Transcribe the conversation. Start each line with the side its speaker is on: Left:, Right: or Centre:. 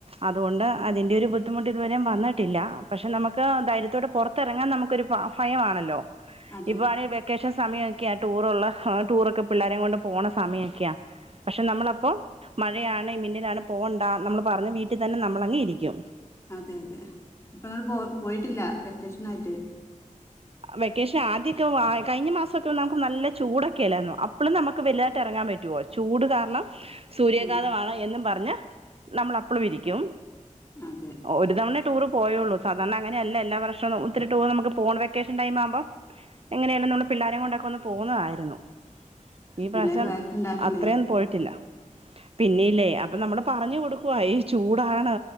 Right: അതുണ്ട് അതിന്റെ ഒരു അത്തൊണ്ട് ഇതുവരും വന്നിട്ടില്ല പക്ഷെ നമുക്ക് ധൈര്യത്തോടെ പുറത്തിറങ്ങാൻ നമുക്കൊരു ഒരു ഭയംമാണല്ലോ
Left: അതെ
Right: ഇപ്പ ആണേ വെക്കേഷൻ സമയക്കെയാ ടൂർ ഉള്ള ടൂറൊക്കെ പിള്ളോരെ കൊണ്ട് പോണസമയം കെ സമയമൊക്കെയാ പക്ഷെ നമ്മള അപ്പോ മഴയാണ് മിന്നിലാണ് പോകണ്ട നമ്മള് പറഞ്ഞു വീട്ടിൽ തന്നെ നമ്മളങ്ങ ഇരിക്കും
Left: അതെ അതെ ഇപ്പൊ ഇങ്ങടെ പോ പോയിട്ടില്ല വെ ക്കേഷൻയിട്ട്
Right: വെക്കേഷൻ ആദ്യക്കെ കഴിഞ്ഞ മാസക്കെന്ന നമുക്ക് നല്ല ചൂടൊക്കെല്ലായിരുന്നു അപ്പോഴും നമുക്ക് വലുതട്ട് ഇറങ്ങാൻ പറ്റും പറ്റോ ചൂട് കാരണം സൂര്യാഘാതമാണ്
Left: ആഹ്
Right: എന്നും പറഞ്ഞ നമ്മൾ അപ്പളും ഇരിക്കും.
Left: അതെ-
Right: ഒരു തവണ ടൂറ് പോയുള്ളു സാധണ അങ്ങനെയല്ല എല്ലാ വർഷവും ഒത്തിരി ടൂറ് നമുക്ക്- പ്പോണ വെക്കേഷൻ ടൈം ആവുമ്പോം എങ്ങനെയാലും നമ്മള് പിള്ളാരെ കൊണ്ടൊക്കെ ഒന്ന് പോന്നതായിരുന്നു ഈ
Left: പിള്ളേര്
Right: പ്രാവശ്യം
Left: വഴക്കുണ്ടാക്കില്ലേ
Right: അത്രേയും പോയിട്ടില്ല പിന്നില്ലേ അപ്പൊ നമ്മള് പറഞ്ഞു കൊടുക്കുവ ഈ ചൂടാണ്